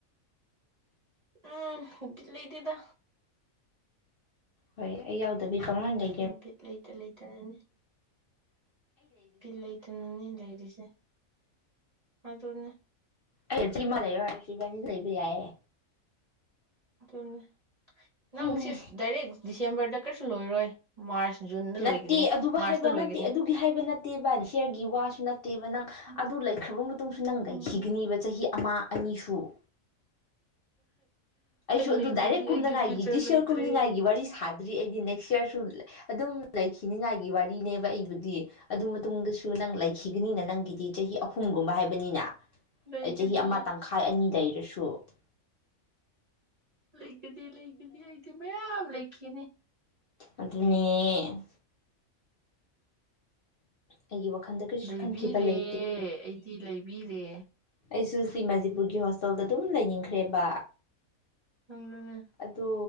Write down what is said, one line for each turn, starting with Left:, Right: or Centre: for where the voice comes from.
Right: ꯎꯝ ꯍꯒꯂꯗ
Left: ꯍꯣꯏ ꯑꯩ ꯌꯥꯎꯗꯕꯤꯅꯤ ꯀꯃ ꯂꯩꯒ
Right: ꯕꯤꯠ ꯂꯩꯇ ꯂꯩꯇꯅꯅꯤ ꯕꯤꯠ ꯂꯩꯇꯅꯅꯤ ꯂꯩꯔꯤꯁꯦ ꯑꯗꯨꯅꯤ
Left: ꯑꯩ ꯁꯤꯃ ꯂꯩꯌ ꯍꯥꯏꯔ ꯁꯤꯕꯅꯤ ꯂꯩꯕ ꯌꯥꯏꯌꯦ
Right: ꯇꯨꯝꯃꯦ ꯅꯪꯁꯤꯁ
Left: ꯎꯝ
Right: ꯗꯔ ꯗꯤꯁꯦꯝꯕꯔꯗ ꯀꯔꯤꯁꯨ ꯂꯣꯏꯔꯣꯏ ꯃꯥꯔꯆ ꯖꯨꯟꯗ
Left: ꯅꯠꯇꯦ
Right: ꯂꯣꯏꯒꯅꯤ
Left: ꯑꯗꯨꯕꯨ
Right: ꯃꯥꯔꯁꯇ
Left: ꯍꯥꯏꯕ
Right: ꯂꯣꯏꯒꯅꯤ
Left: ꯅꯠꯇꯦ ꯑꯗꯨꯒꯤ ꯍꯥꯏꯕ ꯅꯠꯇꯦꯕꯔꯒꯤ ꯋꯥꯁꯨ ꯅꯠꯇꯦ ꯇꯦꯕ ꯅꯪ
Right: ꯎꯝ
Left: ꯑꯗꯨ ꯂꯩꯈ꯭ꯔꯕ ꯃꯇꯨꯡꯁꯨ ꯅꯪ ꯂꯩꯈꯤꯒꯅꯦꯕ
Right: ꯎꯝ
Left: ꯆꯍꯤ ꯑꯃ ꯑꯅꯤꯁꯨ ꯑꯩꯁꯨ
Right: ꯑꯩ
Left: ꯑꯗꯨ
Right: ꯂꯩꯇ꯭ꯔꯗꯤ
Left: ꯗꯥꯏꯔꯦꯛ ꯀꯨꯝꯅꯉꯥꯏꯒꯤ
Right: ꯑꯩꯒꯤ ꯐ꯭ꯌꯨꯆꯔ
Left: ꯗꯤꯁ
Right: ꯂꯩꯇ꯭ꯔꯦ
Left: ꯏꯌꯥꯔ ꯀꯨꯝꯅꯤꯡꯉꯥꯏꯒꯤ ꯋꯥꯔꯤ ꯁꯥꯗ꯭ꯔꯤ ꯑꯩꯗꯤ ꯅꯦꯛꯁ ꯏꯌꯥꯔꯁꯨ ꯑꯗꯨꯝ ꯂꯩꯈꯤꯅꯤꯉꯥꯏꯒꯤ ꯋꯥꯔꯤꯅꯦꯕ ꯑꯩꯕꯨꯗꯤ ꯑꯗꯨ ꯃꯇꯨꯡꯗꯁꯨ ꯅꯪ ꯂꯩꯈꯤꯒꯅꯤꯅ ꯅꯪꯒꯤꯗꯤ ꯆꯍꯤ ꯑꯍꯨꯝꯒꯨꯝꯕ ꯍꯥꯏꯕꯅꯤꯅ
Right: ꯂꯩꯒꯅꯤ
Left: ꯑꯩ ꯆꯍꯤ ꯑꯃ ꯇꯪꯈꯥꯏ ꯑꯅꯤꯗ ꯂꯩꯔꯁꯨ ꯇꯨ
Right: ꯂꯩꯒꯗꯤ ꯂꯩꯒꯗꯤ ꯑꯩꯗꯤ ꯃꯌꯥꯝ ꯂꯩꯈꯤꯅꯤ
Left: ꯑꯗꯨꯅꯦ ꯑꯩꯒꯤ ꯋꯥꯈꯟꯗ ꯀꯔꯤꯁꯨ
Right: ꯂꯩꯕꯤꯔꯦ
Left: ꯈꯟꯈꯤꯕ ꯂꯩꯇꯦ
Right: ꯑꯩꯗꯤ ꯂꯩꯕꯤꯔꯦ
Left: ꯑꯩꯁꯨ ꯁꯤ ꯃꯖꯤꯄꯨꯔꯒꯤ ꯍꯣꯁꯇꯦꯜꯗ ꯑꯗꯨꯝ ꯂꯩꯅꯤꯡꯈ꯭ꯔꯦꯕ
Right: ꯅꯪꯅꯅꯦ
Left: ꯑꯗꯣ